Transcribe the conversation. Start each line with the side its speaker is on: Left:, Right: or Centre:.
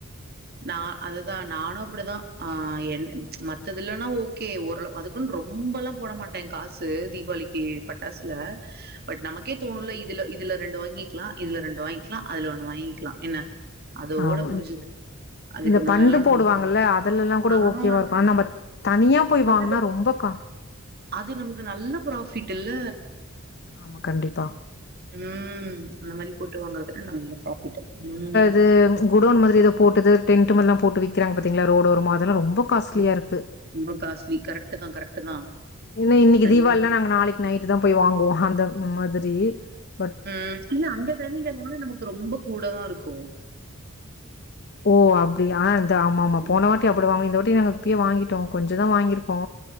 Right: நா அதுதா நானு அப்டிதா ஆ என் மத்தது இல்லன்னா ஓகே ஒரு அதுக்குன்னு ரொம்பலா போட மாட்டே காசு தீபாளிக்கி பட்டாஸ்ல பட் நமக்கே தோணுல இதுல இதுல ரெண்டு வாங்கிக்கிலா இதுல ரெண்டு வாங்கிக்கிலா அதுல ஒன்னு வாங்கிக்கிலா என்ன அதோட
Left: ஆமா.
Right: முடிஞ்சுது அதுக்கு
Left: இந்த
Right: மேலல்லா
Left: பண்டு
Right: நம்ம
Left: போடுவாங்கல அதுலல்லா கூட
Right: ஆ
Left: ஓகேவாருக்கு ஆனா நம்ப தனியா போய்
Right: அது
Left: வாங்குனா ரொம்பக்கா
Right: அது நமக்கு நல்ல ப்ராஃபிட்டுல்ல
Left: ஆமா, கண்டிப்பா
Right: உம் அந்த மாரி போட்டு வாங்கறது நல்ல ப்ராஃபிட் உம்
Left: து குடோன் மாதிரி ஏதோ போட்டுது டென்ட் மாரில்லா போட்டு வி க்கிறாங்க பாத்தீங்ளா ரோடோரமா அதுலா ரொம் ரொம்ப காஸ்ட்லியாருக்கு
Right: ம் ரொம்ப காஸ்ட்லி கரெக்ட் தா கரெக்ட் தா
Left: இன் இன்னிக்கு
Right: சரிங்களா
Left: தீபாவளினா நாங்க நாளைக்கு நைட்டுதா போய் வாங்குவோம் அந்த மாதிரி ஜே
Right: ம் இல்ல அந்த <unintelligible> போனாலு நமக்கு ரொம்ப கூடதாருக்கு
Left: ஓ அப்டி ஆஹா இந்த ஆமா ஆமா
Right: ம்
Left: போன வாட்டி அப்டி வாங்கிந்தோ இந்த வாட்டி நாங்க இப்பயே வாங்கிட்டோ கொஞ்சதா வாங்கியிருக்கோ